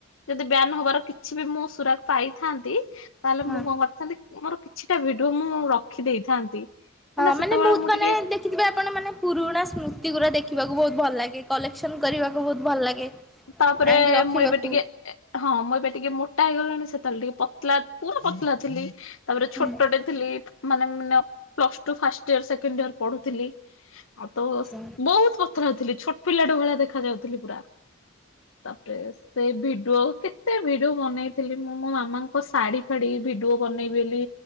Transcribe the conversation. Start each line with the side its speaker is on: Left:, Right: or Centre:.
Left: ଯଦି ବ୍ୟାନ ହବାର କିଛି ବି ମୁଁ ସୁରାଗ ପାଇଥାନ୍ତି ତାହେଲେ
Centre: ହଁ।
Left: ମୁଁ କଣ କରିଥାନ୍ତି ମୋର କିଛିଟା ଭିଡିଓ ମୁଁ ରଖି ଦେଇଥାନ୍ତି। କାହିଁକିନା
Centre: ହଁ
Left: ସେତେବେଳେ
Centre: ମାନେ ବହୁତ
Left: ମୁଁ
Centre: ମାନେ
Left: ଟିକେ
Centre: ଦେ ଖିଥିବେ ଆପଣ ମାନେ ପୁରୁଣା ସ୍ମୃତି ଗୁରା ଦେଖିବାକୁ ବହୁତ ଭଲ ଲାଗେ କଲେକ୍ସନ କରିବାକୁ ବହୁତ ଭଲ ଲାଗେ।
Left: ତାପରେ
Centre: ଆଣିକି ରଖିବାକୁ
Left: ମୁଁ ଏବେ ଟିକେ ହଁ ମୁଁ ଏବେ ଟିକେ ମୋଟା ହେଇଗଲିଣି ସେତେବେଳେ ଟିକେ ପତଲା ପୁରା ପତଲା ଥିଲି। ତାପରେ
Centre: ହୁଁ।
Left: ଛୋଟଟେ ଥିଲି ମାନେ ମ plus two first year second year ପଢୁଥିଲି। ଆଉ ତ
Centre: ଆଛା
Left: ବହୁତ ପଥର ହଉଥିଲି ଛୋଟ ପିଲାଟେ ଭଳିଆ ଦେଖା ଯାଉଥିଲି ପୁରା। ତାପରେ ସେ ଭିଡିଓ କେତେ ଭିଡିଓ ବନେଇଥିଲି ମୁଁ ମୋ ମାମାଙ୍କ ଶାଢୀ ଫାଢୀ ଭିଡିଓ ବନେଇବି ବୋଲି